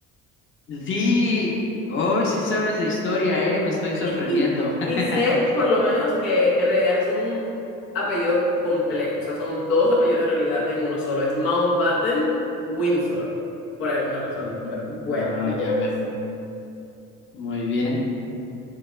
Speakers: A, on the left; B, on the left.
A: Sí, hoy sí sabes de historia, eh, me estoy sorprendiendo.
B: <laughs>
A: <laughs>
B: Y sé, por lo menos, que en realidad es un apellido complejo. O sea, son dos apellidos en realidad en uno solo. Es Mountbatten, Windsor, por alguna razón.
A: Ujú.
B: Pero bueno,
A: Ah,
B: ¿qué se puede
A: ya veo.
B: decir?
A: Muy bien.